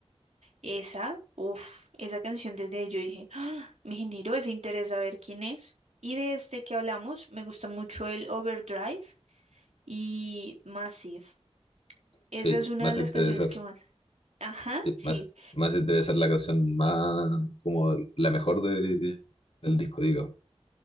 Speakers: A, on the right (about 90°); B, on the left (about 60°).
A: Esa, uff, esa canción desde ahí yo dije, "Ah, me generó ese interés a ver quién es. Y de este que hablamos, me gusta mucho el Overdrive y Massive. Esa
B: sí,
A: es una
B: más
A: de las
B: interesante.
A: canciones que más. Ajá,
B: Sí,
A: sí.
B: más, más debe ser la canción más, como la mejor de, del disco, digamos.